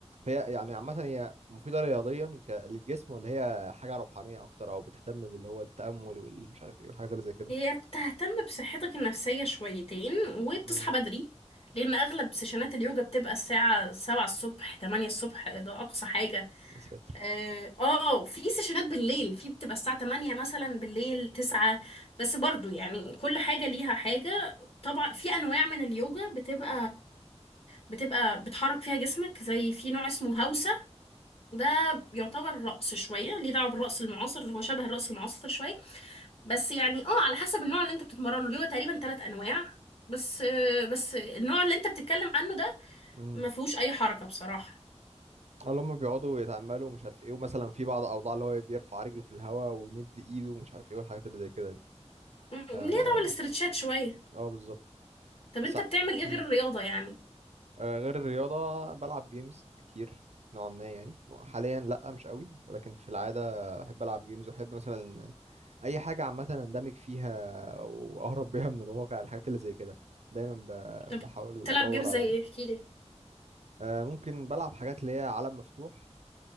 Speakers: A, on the right (about 75°); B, on the left (about 55°).
A: فهي يعني عامة هي مفيدة رياضيا ك... للجسم ولا هي حاجة روحانية اكتر او بتهتم باللي هو التأمل والمش عارف ايه والحاجات اللي زي كده
B: هي بتهتم بصحتك النفسية شويتين وبتصحى
A: امم
B: بدري لأن أغلب سيشنات اليوجا بتبقى الساعة سبعة الصبح تمانية الصبح ده أقصى حاجة
A: يا ساتر
B: اه آه، في سيشنات بالليل في بتبقى الساعة تمانية مثلا بالليل تسعة بس برضو يعني كل حاجة ليها حاجة طبعا في أنواع من اليوجا بتبقى بتبقى بتحرك فيها جسمك زي في نوع اسمه هوسة ده يعتبر رقص شوية ليه دعوة بالرقص المعاصر هو شبه الرقص المعاصر شوية بس يعني اه على حسب النوع اللي انت بتتمرنه ليه هو تقريبا ثلاث انواع بس بس النوع اللي انت بتتكلم عنه ده
A: امم
B: ما فيهوش اي حركة بصراحة
A: اللي هم بيقعدوا يتأملوا ومش عارف ايه ومثلا في بعض الأوضاع اللي هو بيرفع رجله في الهواء ويمد ايده ومش عارف ايه والحاجات اللي زي كده دي
B: م- ليه
A: اه,
B: دعوة بالاسترتشات شوية
A: آه بالظبط
B: طب
A: بس
B: انت بتعمل ايه
A: مم.
B: غير الرياضة يعني
A: آه غير الرياضة بلعب جيمز كتير نوعا ما يعني حاليا لأ مش قوي ولكن في العادة أحب ألعب جيمز وأحب مثلا أي حاجة عامة أندمج فيها وأهرب بيها من الواقع الحاجات اللي زي كده دايما
B: طب
A: ب- بحاول
B: بتلعب
A: أدور
B: جيم زي
A: على
B: ايه احكي لي
A: آه ممكن بلعب حاجات اللي هي عالم مفتوح